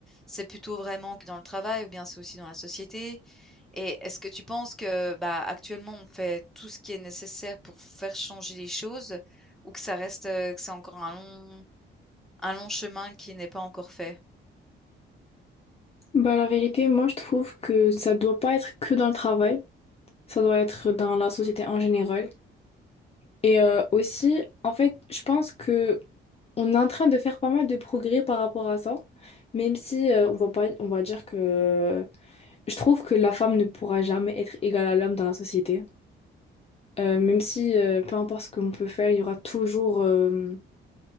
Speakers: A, in the centre; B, on the left.
A: C'est plutôt vraiment que dans le travail ou bien c'est aussi dans la société? Et est-ce que tu penses que, bah, actuellement, on fait tout ce qui est nécessaire pour faire changer les choses ou que ça reste, heu, que c'est encore un long un long chemin qui n'est pas encore fait?
B: Bah, la vérité, moi je trouve que ça doit pas être que dans le travail, ça doit être dans la société en général. Et euh, aussi, en fait, je pense que on est en train de faire pas mal de progrès par rapport à ça, même si euh, on va pas, on va dire que je trouve que la femme ne pourra jamais être égale à l'homme dans la société. Euh, même si euh, peu importe ce qu'on peut faire, il y aura toujours euh,